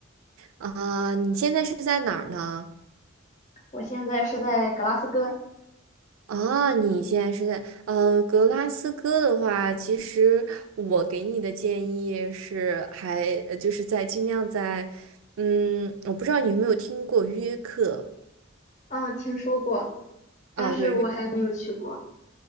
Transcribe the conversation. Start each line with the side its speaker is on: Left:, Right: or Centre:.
Right: 啊，你现在是在哪儿呢？
Left: 我现在是在格拉斯哥，
Right: 啊，你现在是在呃格拉斯哥的话，其实我给你的建议是还，呃就是在尽量在，嗯，我不知道你有没有听过约克。
Left: 嗯，听说过，但是我还没有去过。
Right: 啊，对，